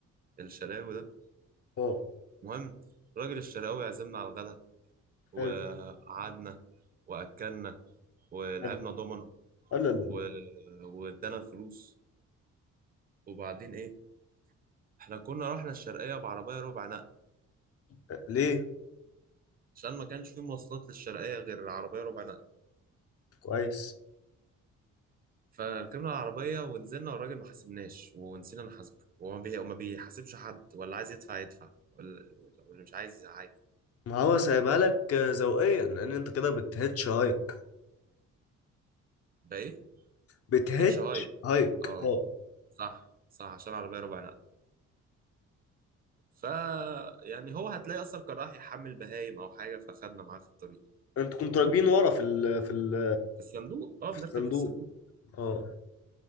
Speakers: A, on the right; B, on the left.
A: الشراوي ده
B: اه
A: المهم الراجل الشراوي عزمنا على الغدا وقعدنا
B: حلو
A: واكلنا ولعبنا
B: حلو
A: دومنا
B: لا لا لا
A: و... وادانا الفلوس وبعدين ايه احنا كنا رحنا الشرقيه بعربيه ربع نقل
B: لا. ليه
A: عشان ما كانش في مواصلات للشرقيه غير عربيه ربع نقل
B: كويس
A: فركبنا العربيه ونزلنا والراجل ما حاسبناش ونسينا نحاسبه وما بي... وما بيحاسبش حد ولا عايز يدفع يدفع ولا- واللي مش عايز عادي
B: ما هو سايبها لك آه، ذوقيا لان انت كده بتهتش هايك
A: بقى ايه
B: بتهتش
A: اتش هايك
B: هايك
A: اه
B: اه
A: صح صح عشان عربيه ربع نقل ف يعني هو هتلاقي اصلا كان راح يحمل بهايم او حاجه فخدنا معاه في الطريق
B: انتوا كنتوا راكبين ورا في ال في ال
A: في الصندوق اه
B: في
A: بنركب
B: الصندوق
A: في الصندوق
B: اه